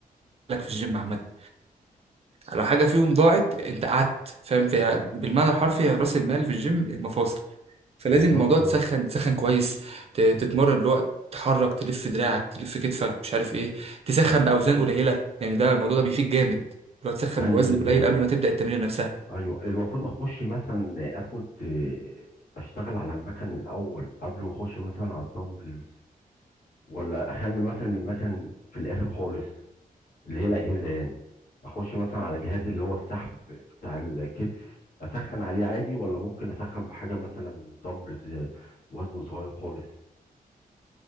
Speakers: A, on the right (about 40°); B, on the left (about 80°).
A: في الجيم عامه لو حاجه فيهم ضاعت انت قعدت فاهم فيها بالمعنى الحرفي هي راس المال في الجيم المفاصل فلازم
B: بالظبط
A: الموضوع تسخن
B: اه
A: تسخن كويس ت- تتمرن الوقت تحرك تلف دراعك تلف كتفك مش عارف ايه تسخن باوزان قليله يعني ده الموضوع ده بيفيد جامد لو تسخن
B: يعني
A: بوزن
B: ال-
A: قليل قبل ما تبدا التمرين نفسها
B: ايوه المفروض اخش مثلا اخد آه، اشتغل على المكن الاول قبل ما اخش مثلا على الدمبلز ولا اخلي مثلا المكن في الاخر خالص اللي هي الاجهزه يعني اخش مثلا على جهاز اللي هو السحب بتاع الكتف اسخن عليه عادي ولا ممكن اسخن بحاجه مثلا دمبلز وزنه صغير خالص